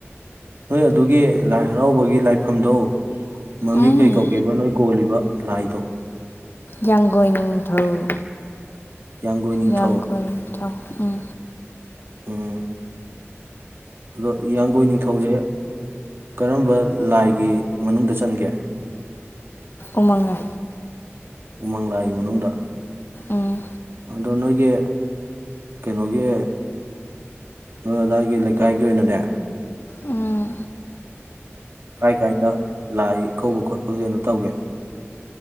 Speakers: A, on the right; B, on the left.
A: ꯅꯣꯏ ꯑꯗꯨꯒꯤ ꯂꯥꯏ ꯍꯔꯥꯎꯕꯒꯤ ꯂꯥꯏꯐꯝꯗꯣ ꯃꯃꯤꯡ
B: ꯎꯝ
A: ꯀꯩ ꯀꯧꯒꯦꯕ ꯅꯣꯏ ꯀꯣꯜꯂꯤꯕ ꯂꯥꯏꯗꯣ
B: ꯌꯥꯡꯒꯣꯏꯅꯤꯡꯊꯧꯊꯧ
A: ꯌꯥꯡꯒꯣꯏ ꯅꯤꯡꯊꯧ
B: ꯌꯥꯥꯡ ꯀ ꯊꯥꯎ ꯎꯝ
A: ꯎꯝ ꯑꯗꯣ ꯌꯥꯡꯒꯣꯏ ꯅꯤꯡꯊꯧꯁꯦ ꯀꯔꯝꯕ ꯂꯥꯏꯒꯤ ꯃꯅꯨꯡꯗ ꯆꯟꯒꯦ
B: ꯎꯃꯉꯥ
A: ꯎꯃꯪ ꯂꯥꯏꯒꯤ ꯃꯅꯨꯡꯗ
B: ꯎꯝ
A: ꯑꯗꯣ ꯅꯣꯏꯒꯤ ꯀꯩꯅꯣꯒꯤ ꯅꯣꯏ ꯑꯗꯥꯏꯒꯤ ꯂꯩꯀꯥꯏꯒꯤ ꯑꯣꯏꯅꯅꯦ
B: ꯎꯝ
A: ꯀꯥꯏ ꯀꯥꯏꯗ ꯂꯥꯏ ꯀꯧꯕ ꯈꯣꯠꯄ ꯑꯣꯏꯅꯣ ꯇꯧꯒꯦ